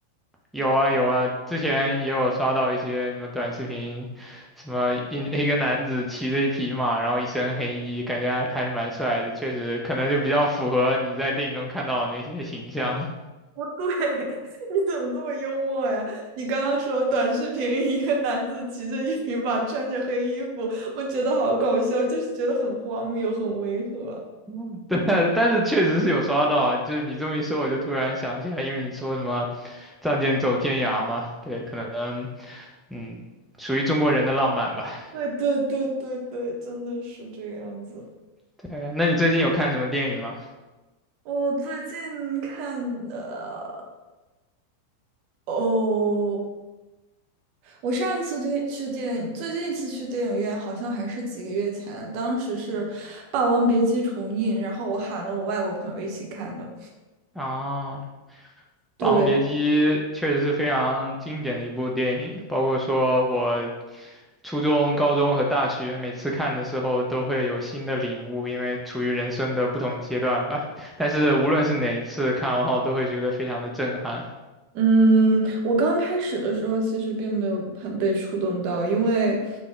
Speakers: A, in the centre; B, on the right.
A: 有啊有啊，之前也有刷到一些什么短视频，什么一一个男子骑着一匹马，然后一身黑衣，感觉还还是蛮帅的，确实可能就比较符合你在电影中看到的那些形象。
B: <laughs> 对，<laughs> 你怎么这么幽默呀？你刚刚说短视频，<laughs> 一个男子骑着一匹马，穿着黑衣服，我觉得好搞笑，就是觉得很荒谬，很违和。
A: <laughs> 对啊，但是确实是有刷到啊，就是你这么一说，我就突然想起来，因为你说什么“仗剑走天涯”嘛，对，可能嗯，属于中国人的浪漫吧。
B: 对对对对对，真的是这个样子。
A: 对，那你最近有看什么电影吗？
B: 我最近看的哦，我上一次电去电影，最近一次去电影院好像还是几个月前，当时是《霸王别姬》重映，然后我喊了我外国朋友一起看的。
A: 啊，
B: 对，
A: 《霸王别姬》确实是非常经典的一部电影，包括说我初中、高中和大学每次看的时候都会有新的领悟，因为处于人生的不同阶段吧。但是无论是哪一次看完后，都会觉得非常的震撼。
B: 嗯，我刚开始的时候其实并没有很被触动到，因为